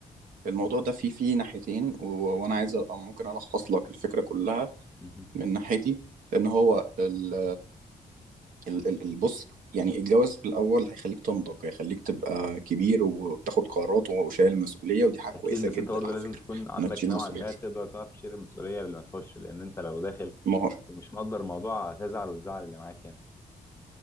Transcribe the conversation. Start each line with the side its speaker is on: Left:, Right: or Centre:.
Right: الموضوع ده فيه فيه ناحيتين و وأنا عايز أبقى ممكن ألخّص لك الفكرة كلّها
Left: مهم.
Right: من ناحيتي، لإن هو ال ال ال ال بُص، يعني الجواز في الأول هيخلّيك تنضج، هيخلّيك تبقى كبير وبتاخد قرارات وشايل مسؤولية ودي حاجة
Left: اكيد
Right: كويسة
Left: بس
Right: جدًا
Left: انت برضه
Right: على
Left: لازم
Right: فكرة،
Left: تكون عندك
Right: إنك تشيل
Left: نوعا
Right: مسؤولية.
Left: ما تقدر تعرف تشيل المسؤوليه قبل ما تخش لان انت لو داخل
Right: ما هو
Left: ومش مقدر الموضوع هتزعل وتزعل اللي معاك يعني